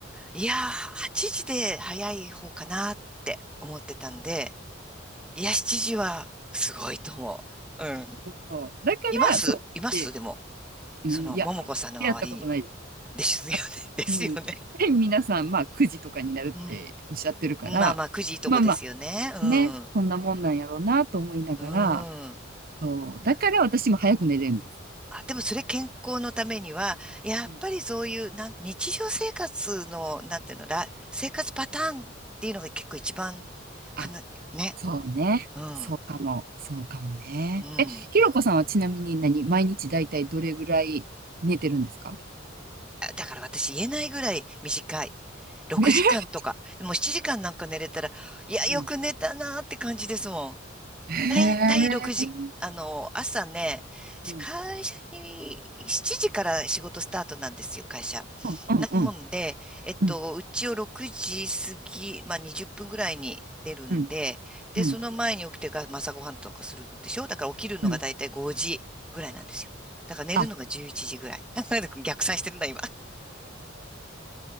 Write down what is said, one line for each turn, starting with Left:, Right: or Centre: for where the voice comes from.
Centre: いやー、8時で早い方かなって思ってたんで、いや、7時はすごいと思う。うん。
Right: そう。だから、
Centre: いますいますでも、
Right: そう、でうん、
Centre: その、
Right: いや、
Centre: ももこさんの周りに。
Right: やったことないです。
Centre: ですよね。
Right: あ、
Centre: <laughs> ですよね。
Right: うん。で皆さん、まあ、9時とかになるっておっしゃってるから、
Centre: うん。まあまあ、9時いいとこですよね。
Right: まあま
Centre: うん。
Right: ね、そんなもんなんやろうなと思いながら、
Centre: うん。
Right: そう、だから私も早く寝れるんです。
Centre: あ、でもそれ健康のためには、やっぱりそういう、
Right: うん
Centre: なん、日常生活の、なんていうの、ら、生活パターンっていうのが結構一番かな、
Right: あ、
Centre: ね。
Right: そうね。
Centre: うん。
Right: そうかも。そうかもね。
Centre: うん。
Right: え、ひろこさんはちなみに何毎日だいたいどれぐらい寝てるんですか
Centre: あだから私言えないぐらい短い。6時間とか。
Right: ね。
Centre: もう7時間なんか寝れたら、いや、よく寝たなーって感じですもん。
Right: うん。<laughs> へえ。
Centre: だいたい6時、あの、朝ね、
Right: うん。
Centre: 会社に7時から仕事スタートなんですよ、会社。
Right: うんうんうん
Centre: なもんで、えっと、
Right: うん
Centre: うちを6時過ぎ、まあ20分ぐらいに出るんで、
Right: うん
Centre: で、
Right: うん
Centre: その前に起きてが、まあ朝ごはんとかするでしょだから起きるのがだいたい5時ぐらいなんですよ。
Right: うん
Centre: だから寝るのが11時ぐらい。
Right: あ、
Centre: <laughs> 逆算してるんだ、今。